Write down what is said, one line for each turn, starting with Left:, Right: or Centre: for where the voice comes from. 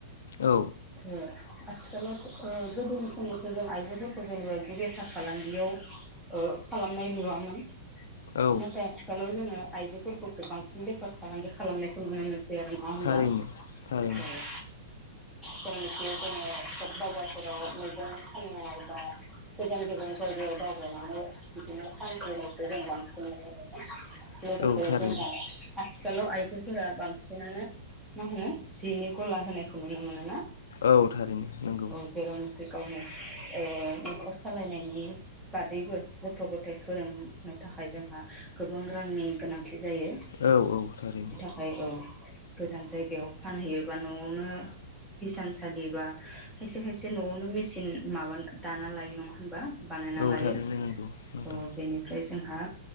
Left: औ
Centre: ओम आथिखालाव ओ गोदोनि समनि फोरजों आइजोफोरखौ जेनेबा बे बेफार फालांगियाव ओ खालामनाय नुवामोन
Left: औ
Centre: नाथाय आथिखालाव जोङो आइजोफोरखौसो बांसिन बेफार फालांगि खालामनायखौ नुनो मोनसै आरो। नङा होनब्ला
Left: थारैनो थारैनो
Centre: ओम जायनाखि जोङो बाजाराव मैगं फाननाय बा गोजान गोजान जायगायाव दावबायनानै बिदिनो फानबोनायखौ जों बांसिन नुनो मोनो
Left: औ
Centre: लोगोसे
Left: थारैनो
Centre: जों आथिखालाव आइजोफोरा बांसिनानो मा होनो जिनि गला होनायखौ नुनोमोनो ना।
Left: औ थारैनो नंगौ।
Centre: जेराव नाखि गावनो नखर सालायनायनि। बादैबो गथ' गथाय फोरोंनो थाखाय जोंहा गोबां रांनि गोनांथि जायो।
Left: औ औ थारै।
Centre: ओमफ्राय औ गोजान जायगायाव फानहैयोबा न'आवनो हिसान सालि बा खायसे खायसे नआवनो मेचिन माबा दाना लायो नङा होनबा बानायना
Left: औ
Centre: लायो
Left: थारैनो नंगौ नोंथां
Centre: अ बेनिफ्राय जोंहा